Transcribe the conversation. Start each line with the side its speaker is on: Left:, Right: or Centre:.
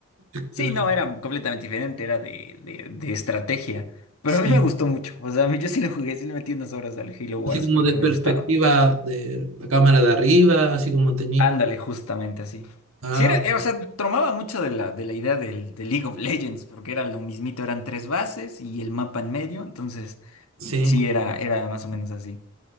Right: Eh,
Left: Sí, no, era completamente diferente, era de, de, de estrategia. Pero
Right: Sí,
Left: a mí me gustó mucho. O sea, a mí yo sí lo jugué, sí le metí unas horas al Halo Wars
Right: así como
Left: porque
Right: de perspectiva
Left: me gustaba.
Right: de la cámara de arriba, así como tenéis...
Left: Ándale, justamente así.
Right: Ah,
Left: Sí, era, eh, o sea, tomaba mucho de la, de la idea del, de League of Legends, porque era lo mismito, eran tres bases y el mapa en medio, entonces
Right: Sí.
Left: sí, era, era más o menos así.